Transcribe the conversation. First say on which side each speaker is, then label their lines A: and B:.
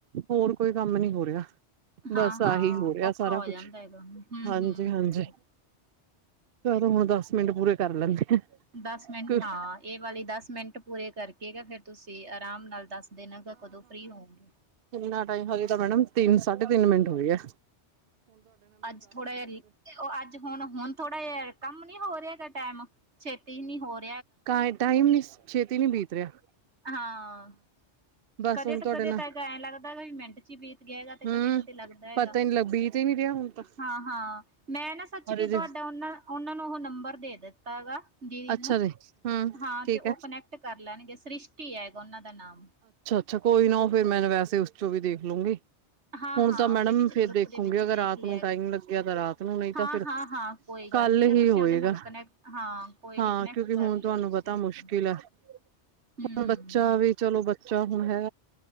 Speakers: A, on the right; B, on the right.
A: ਹੋਰ ਕੋਈ ਕੰਮ ਨੀ ਹੋ ਰਿਹਾ।
B: ਹਾਂ-ਹਾਂ
A: ਬਸ ਆਹੀ ਹੋ ਰਿਹਾ
B: ਔਖਾ
A: ਸਾਰਾ
B: ਹੋ
A: ਕੁਛ
B: ਜਾਂਦਾ ਹੈਗਾ ਹੂੰ-ਹੂੰ।
A: ਹਾਂਜੀ-ਹਾਂਜੀ ਚਦੋ ਹੁਣ ਦਸ ਮਿੰਟ ਪੂਰੇ ਕਰ ਲੈਂਦੇ
B: ਦਸ ਮਿੰਟ
A: ਆ।
B: ਹਾਂ ਇਹ ਵਾਲੀ ਦਸ ਮਿੰਟ ਪੂਰੇ ਕਰਕੇ ਗ ਫੇਰ ਤੁਸੀਂ ਆਰਾਮ ਨਾਲ ਦੱਸ ਦੇਨ ਗ ਕਦੋਂ ਫਰੀ ਹੋਵਗੇ
A: ਇੰਨਾ ਟਾਈਮ ਹੋ ਤਾਂ ਮੈਡਮ ਤਿੰਨ ਸਾਢੇ ਤਿੰਨ ਮਿੰਟ ਹੋਗੇ ਗਿਆ
B: ਅੱਜ ਥੋੜਾ ਜਿਹਾ ਅੱਜ ਹੁਣ ਹੁਣ ਥੋੜਾ ਜਿਹਾ ਕੰਮ ਨੀ ਹੋ ਰਿਹਾ ਹੈਗਾ ਟਾਈਮ ਛੇਤੀ ਨੀ ਹੋਰ
A: ਕ ਟਾਈਮ ਨੀਸ ਛੇਤੀ ਨਹੀਂੀ ਬੀਤ ਰਿਹਾ
B: ਹਾਂ।
A: ਬਸ
B: ਕਦੇ
A: ਹੁਣ
B: ਤਾਂ,
A: ਤੁਹਾਡੇ
B: ਕਦੇ
A: ਨਾਲ
B: ਤਾਂ ਐਂ ਲੱਗਦਾ ਵੀ ਮਿੰਟ ਚ ਹੀ ਬੀਤ ਗਿਆ ਹੈਗਾ ਤੇ
A: ਹਮ
B: ਕਦੇ-ਕਦੇ ਲੱਗਦਾ ਹੈਗਾ
A: ਪਤਾ ਹੀ ਨੀ ਲੱਗ ਬੀਤ ਹੀ ਨੀ ਰਿਹਾ ਹੁਣ ਤਾਂ
B: ਹਾਂ-ਹਾਂ। ਮੈਂ ਨਾ ਸੱਚ ਕੇ
A: ਅਰੇ
B: ਤੁਹਾਡਾ
A: ਜੀ
B: ਉਹਨਾਂ-ਉਹਨਾਂ ਨੂੰ ਉਹ ਨੰਬਰ ਦੇ ਦਿੱਤਾ ਗਾ ਦੀਦੀ
A: ਅੱਛਾ
B: ਨੂੰ।
A: ਜੀ ਹਮ
B: ਹਾਂ
A: ਠੀਕ
B: ਤੇ ਉਹ
A: ਹੈ
B: ਕਨੈਕਟ ਕਰ ਲੈਣਗੇ। ਸ੍ਰਿਸ਼ਟੀ ਹੈਗਾ ਉਹਨਾਂ ਦਾ ਨਾਮ
A: ਅੱਛਾ। ਕੋਈ ਨਾ ਉਹ ਫੇਿਰ ਮੈਂ ਤਾਂ ਵੈਸੇ ਉਸ ਚੋਂ ਵੀ ਦੇਖ ਲੂੰਗੀ
B: ਹਾਂ
A: ਹੁਣ
B: ਹਾਂ
A: ਤਾਂ ਮੈਡਮ,
B: ਉਹਦੇ ਵਿੱਚ
A: ਫੇਰ
B: ਗਰੁੱਪ
A: ਦੇਖੋਗੇਂ
B: ਦੇ ਵਿੱਚੋਂ
A: ਅਗਰ
B: ਦੇਖ
A: ਰਾਤ
B: ਲਿਆ
A: ਨੂੰ
B: ਹੈਗਾ
A: ਟਾਈਮ ਲੱਗਿਆ ਤਾਂ ਰਾਤ ਨੂੰ। ਨਹੀਂ ਤਾਂ
B: ਹਾਂ
A: ਫਿਰ
B: ਹਾਂ ਹਾਂ ਕੋਈ ਗੱਲ
A: ਕੱਲ
B: ਨੀ
A: ਹੀ
B: ਗ ਤੁਸੀਂ
A: ਹੋਏਗਾ
B: ਉਹਦੇ ਨਾਲ ਕਨੈਕਟ। ਹਾਂ ਕੋਈ
A: ਹਾਂ
B: ਨੀ ਕਨੈਕਟ
A: ਕਿਉਕਿ
B: ਕਰ
A: ਹੁਣ
B: ਲਿਓ
A: ਤੁਹਾਨੂੰ
B: ਤੁਸੀਂ
A: ਪਤਾ
B: ਉਹਦੇ
A: ਮੁਸ਼ਕਿਲ
B: ਨਾਲ
A: ਆ ਹੁਣ
B: ਹਮ
A: ਬੱਚਾ ਵੀ ਚਲੋ ਬੱਚਾ ਹੁਣ ਹੈ